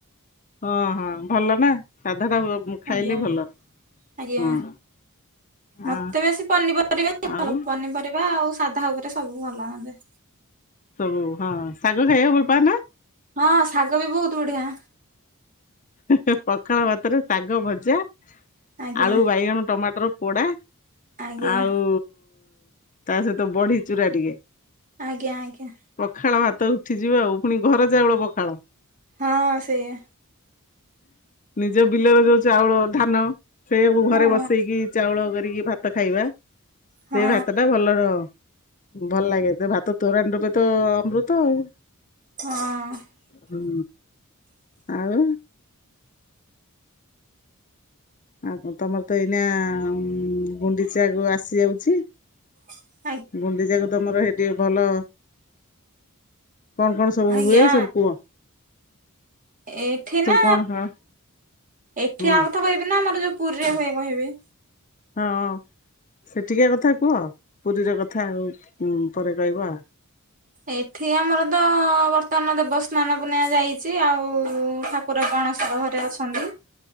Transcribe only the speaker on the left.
ହଁ ହଁ ଭଲ ନା ସାଧା ଟା ଖାଇଲେ
ଭଲ
ହଁ।
ଆ
ଆଉ
ସବୁ ହଁ ଶାଗ ଖାଇବାକୁ ଭଲ ପାଅ ନା?
ହି ହି ପଖାଳ ଭାତରେ ଶାଗ ଭଜା
ଆଳୁ ବାଇଗଣ ଟମାଟର ପୋଡା
ଆଉ ତା ସହିତ ବଢି ଚୁରା ଟିକେ।
ପଖାଳ ଭାତ ଉଠିଯିବ ଆଉ ଫୁଣି ଘର ଚାଉଳ ପଖାଳ।
ନିଜ ବିଲର ଯୋଉ ଚାଉଳ ଧାନ ସେଇଆକୁ
ଘରେ ବସେଇକି ଚାଉଳ କରିକି ଭାତ ଖାଇବା
ସେଇ ଭାତଟା ଭଲର ଭଲ ଲାଗେ ସେ ଭାତ ତୋରାଣି ଟୋପେ ତ ଆମ୍ବୃତ ଆଉ।
ହୁଁ ଆଉ ଆଉ କଁ ତମର ତ ଏଇନା ଉଁ ଗୁଣ୍ଡିଚାକୁ ଆସିଯାଉଛି।
ଗୁଣ୍ଡିଚାକୁ ତମର ହେଇଠି ଭଲ କଣ କଣ ସବୁ
ହୁଏ ସବୁ କୁଅ।
କଣ କଣ
ହୁଁ
ହଁ ସେଠିକା କଥା କୁହ ପୁରୀର କଥା ଉଁ ପରେ କହିବ ଆଉ।